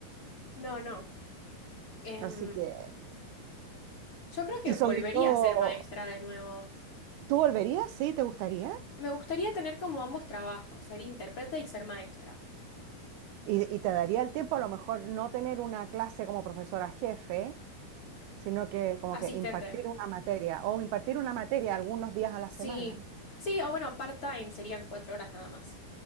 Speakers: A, on the left; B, on the right.
A: No, no. Em,
B: Así que,
A: yo creo que
B: y sobre
A: volvería
B: todo,
A: a ser maestra de nuevo.
B: ¿tú volverías? ¿Sí? ¿Te gustaría?
A: Me gustaría tener como ambos trabajos, ser intérprete y ser maestra.
B: Y, y te daría el tiempo a lo mejor no tener una clase como profesora jefe sino que como
A: Asistente.
B: que impartir una materia o impartir una materia algunos días a la
A: Sí.
B: semana.
A: Sí, o bueno, part-time serían cuatro horas nada más.